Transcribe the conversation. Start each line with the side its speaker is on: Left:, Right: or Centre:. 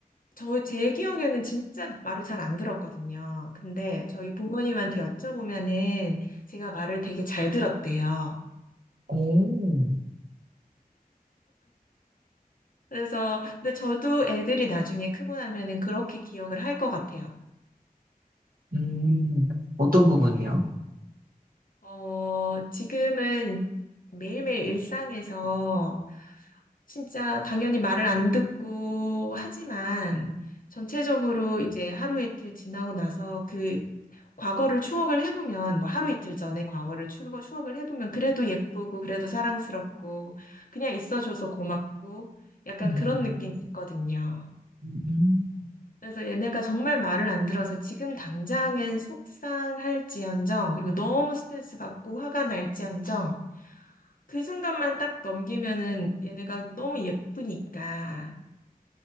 Left: 저, 제 기억에는 진짜 말을 잘 안 들었거든요. 근데 저희 부모님한테 여쭤보면은 제가 말을 되게 잘 들었대요.
Right: 오,
Left: 그래서, 근데 저도 애들이 나중에 크고 나면은 그렇게 기억을 할 것 같아요.
Right: 음, 어떤 부분이요?
Left: 어, 지금은 매일매일 일상에서 진짜 당연히 말을 안 듣고 하지만 전체적으로 이제 하루 이틀 지나고 나서 그 과거를 추억을 해보면 뭐 하루 이틀 전에 과거를 추억, 추억을 해보면 그래도 예쁘고 그래도 사랑스럽고 그냥 있어줘서 고맙고 약간
Right: 음,
Left: 그런 느낌이 있거든요.
Right: 음,
Left: 그래서 얘네가 정말 말을 안 들어서 지금 당장엔 속상할지언정 그리고 너무 스트레스 받고 화가 날지언정 그 순간만 딱 넘기면은 얘네가 너무 예쁘니까